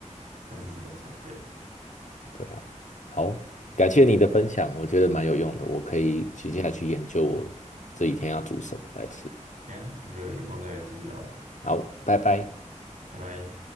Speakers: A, on the right; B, on the left.
A: 三四十分钟。对，
B: 对啊。好，感谢你的分享，我觉得蛮有用的，我可以接下来去研究我这几天要煮什么来吃。
A: 对啊，那就有空再继续聊，
B: 好，拜拜。
A: 拜拜。